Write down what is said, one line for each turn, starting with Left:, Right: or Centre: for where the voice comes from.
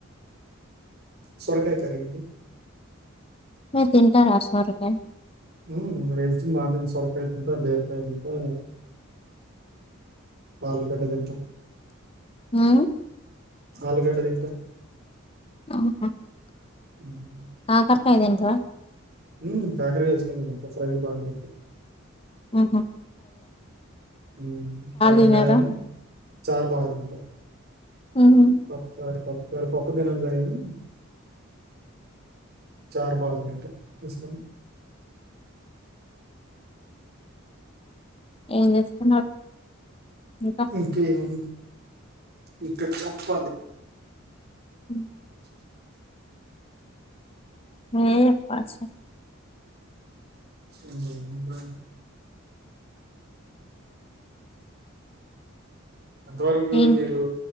Right: సొరకాయ కర్రీ
Left: మీరు తింటారా సొరకాయి
Right: ఉ వెడ్నెస్డే మార్నింగ్ సొరకాయ తింటా బీరకాయ తింటా ఆలుగడ్డ తింటా
Left: హు
Right: ఆలుగడ్డ తింటా
Left: అవునా
Right: ఉ <unintelligible>
Left: కాకరకాయీ తినరా
Right: హు కాకరకాయీ ఇష్టంగా తింటా ఫ్రై బాగా తింటా
Left: ఉహూ
Right: హు కాకరకాయని
Left: తినరా
Right: చార్ బాగా తింటా
Left: ఉహు
Right: పప్పు చారు పప్పు పప్పు తినను లే గాని చార్ బాగా తింట ఇష్టం
Left: ఏం చేస్తున్నారు ఇంకా
Right: ఇంకేముంది ఇంక చెప్పాలి
Left: ఉ
Right: <unintelligible>
Left: మీరే చెప్పాలి సార్
Right: <unintelligible> అంతవరకు
Left: ఏం
Right: మీరు